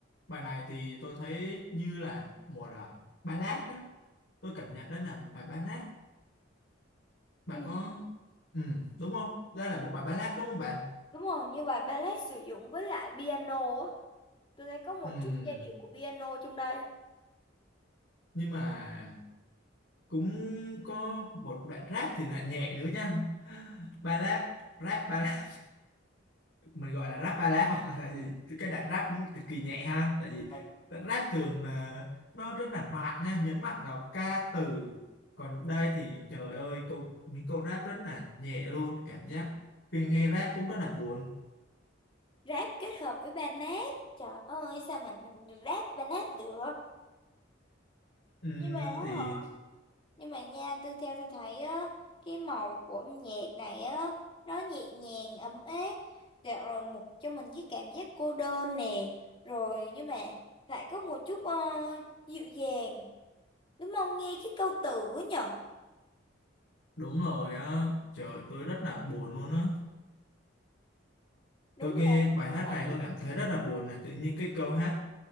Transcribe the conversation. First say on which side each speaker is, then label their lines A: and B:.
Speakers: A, on the left; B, on the left.
A: bài này thì tôi thấy như là một là ballad đó tôi cảm nhận đây là một bài ballad bạn
B: Ừ,
A: có ừm, đúng không đây là một bài ballad đúng không bạn
B: đúng rồi, như bài ballad sử dụng với lại piano á. Tôi thấy có một
A: Ừm,
B: chút giai điệu của piano trong đây.
A: nhưng mà cũng có một đoạn rap thì lại nhẹ nữa nha ballad rap ballad mình gọi là rap ballad hoặc <laughs> là gì Thì cái đoạn rap cũng cực kỳ nhẹ ha tại vì
B: Và
A: đoạn rap thường là nó rất là mạnh nha nhấn mạnh vào ca từ còn đây thì trời ơi câu những câu rap rất là nhẹ luôn cảm giác khi nghe rap cũng rất là buồn
B: rap kết hợp với ballad. Trời ơi, sao mà rap ballad được?
A: Ừm,
B: nhưng mà á
A: thì
B: hả nhưng mà nha tôi theo tôi thấy á cái màu của nhạc này á nó nhẹ nhàng ấm áp dạ, rồi một cho mình cái cảm giác cô đơn nè rồi nhưng mà lại có một chút ờ, dịu dàng đúng không nghe cái câu từ á nhở
A: đúng rồi á trời tôi rất là buồn luôn á
B: đúng
A: tôi nghe
B: rồi
A: bài hát này tôi cảm thấy rất là buồn này tự nhiên cái câu hát